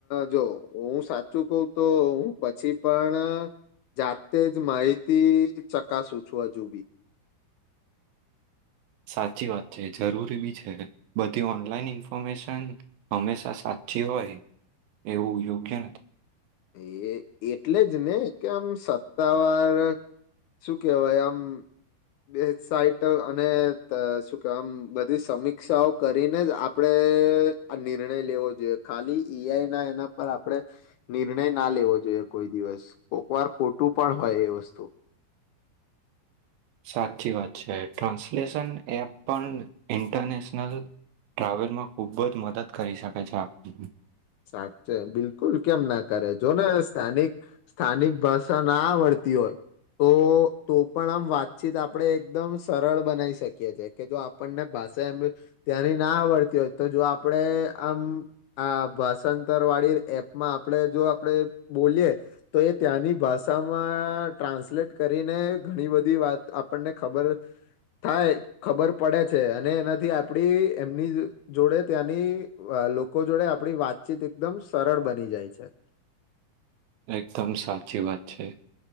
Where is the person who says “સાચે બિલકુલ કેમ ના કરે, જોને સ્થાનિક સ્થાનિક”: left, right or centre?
Left